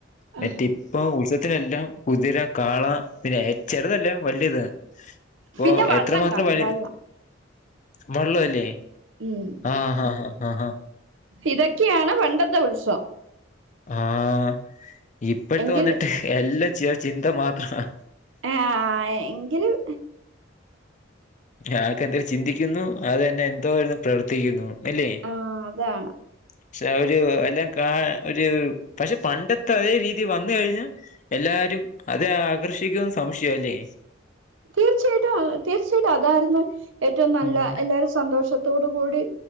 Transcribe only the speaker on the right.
ആ,
പിന്നെ വള്ളം
കാണും
വള്ളം
ഉം
ഇതൊക്കെയാണ് പണ്ടത്തെ ഉത്സവം
എങ്കിലും
ആ ആ എങ്കിലും
ആഹ് അതാണ്
തീർച്ചയായിട്ടും തീർച്ചയായിട്ടും അതായിരുന്നു ഏറ്റവും നല്ല
എല്ലാരും സന്തോഷ- ത്തോട്കൂടി